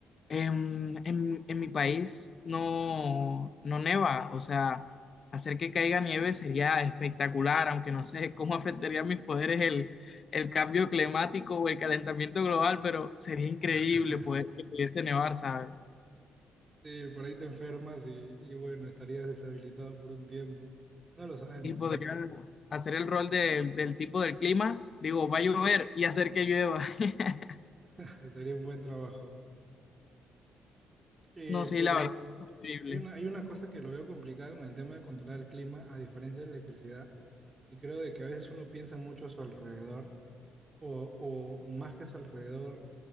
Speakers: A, on the left; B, on the right.
A: Em, en, en mi país no, no neva, o sea, hacer que caiga nieve sería espectacular, aunque no sé cómo <laughs> afectaría a mis poderes el, el cambio climático o el calentamiento global, pero sería increíble
B: <laughs>
A: poder que pudiese nevar, ¿sabes?
B: Sí, por ahí te enfermas y, y bueno, estarías deshabilitado por un tiempo. No lo sabemos.
A: Y podría hacer el rol del, del tipo del clima, digo, va a llover y hacer que llueva. <laughs>
B: <laughs> Sería un buen trabajo. Eh,
A: No, sí,
B: pero
A: la verdad, es increíble.
B: hay una, hay una cosa que lo veo complicado con el tema de controlar el clima, a diferencia de la electricidad, y creo de que a veces uno piensa mucho a su alrededor, o, o más que a su alrededor,